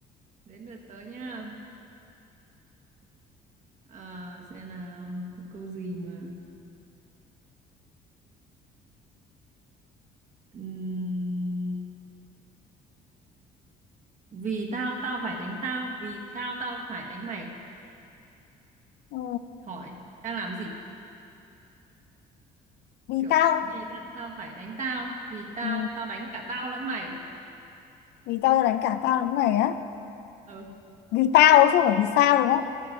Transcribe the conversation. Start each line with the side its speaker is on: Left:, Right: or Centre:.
Right: đến lượt tớ nha. À, xem nào, có câu gì mà... Ừm, vì tao tao phải đánh tao, vì tao tao phải đánh mày.
Left: ừ.
Right: Hỏi, đang làm gì?
Left: vì
Right: Kiểu,
Left: tao
Right: vì tao tao phải đánh tao, vì tao
Left: ừ.
Right: tao đánh cả tao lẫn mày.
Left: vì tao đánh cả tao lẫn mày á
Right: Ừ,
Left: vì tao chứ không phải vì sao đúng không